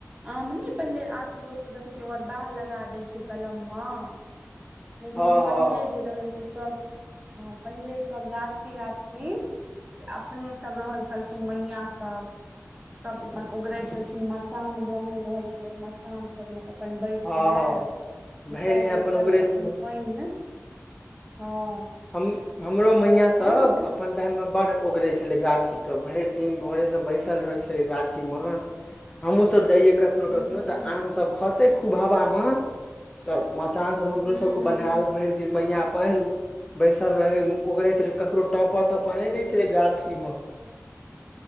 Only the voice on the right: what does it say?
आम नहि पहिले आब तऽ लोकके देखै छियै ओगर बाह लगा दै छै कलममे लेकिन
पहिले जे रहै से सब हँ पहिले सब गाछी गाछी त अपने सब रहैत छलखिन मैया सब सब अपन उगरै छलखिन मचान बनल रहै छलै मचान लोक अपन बैठए
दू
चैर
बोतल
के अपन पाइन हँ
बन्द
हूं
हूं
हूं